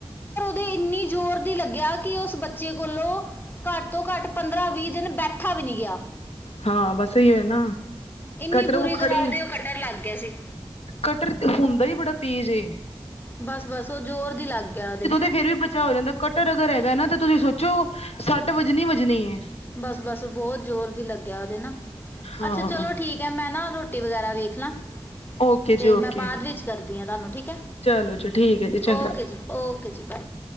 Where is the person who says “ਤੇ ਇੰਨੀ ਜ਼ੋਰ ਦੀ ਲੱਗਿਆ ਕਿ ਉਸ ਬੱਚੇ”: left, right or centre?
Left